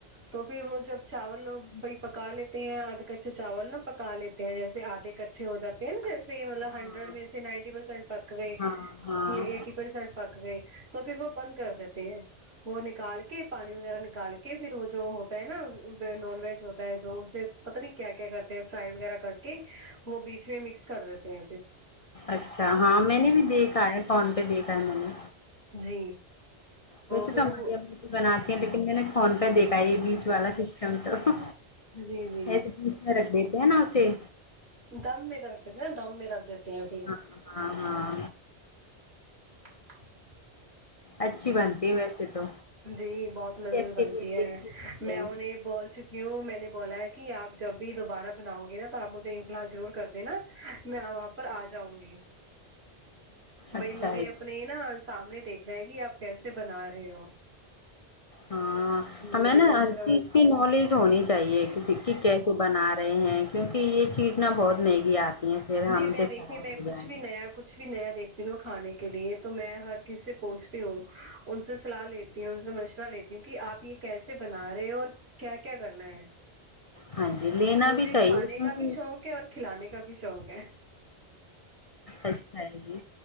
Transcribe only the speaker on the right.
تو پھر وہ جب چاول بھائی پکا لیتے ہیں آدھا کچے چاول نہا پکا لیتے ہیں جیسے آدھے ک چے ہو جاتے ہیں نا جیسے مطلب ہنڈریڈ
میں سے نائنٹی پرسینٹ پک گئے
یا ایٹ پرسٹ پک گئی تو پھر وہ بند کر دیتی ہے وہ نکال کے پانی وغیرہ نکال کے پھر وہ جو ہوتا ہے نا نان ویج ہوتا ہے جو اسے پتا نہیں کیا کیا کرتے ہیں فرائی وغیرہ کر کے وہ بیچ میں مکس کر دیتے ہیں پھر
جی
پھر
وہ
جی جی
دم میں رکھ دیتے ہیں نا دم میں رکھ دیتے ہیں پھر
<unintelligible>
جی بہت لزیز
بنتی
ہے
میں
انہیں بول چکی ہوں میں نے بولا ہے کہ آپ جب بھی دوبارہ بناؤ گے نا تو آپ مجھے انطلاح ضرور کر دینا میں وہاں پر آ جاؤں گی بائی
مجھے
یہ نے نا سامنے دیکھ رہے ہے کہ آپ کیسے بنا رہے ہو
مجھے
مشورہ
جی
میں
دیکھیے
میں
کچھ
بھی نیا کچھ بھی نیا دیکھتی ہوں کھانے کے لیے تو میں ہر کسی سے پوچھتی ہوں ان سے صلاح لیتی ہوں ان سے مش ورہ لیتی ہوں کہ آپ یہ کیسے بنا رہے اور کیا کیا کرنا ہے
مجھے
کھانے
کا بھی شوق ہے اور کھلانے کا بھی شوق ہے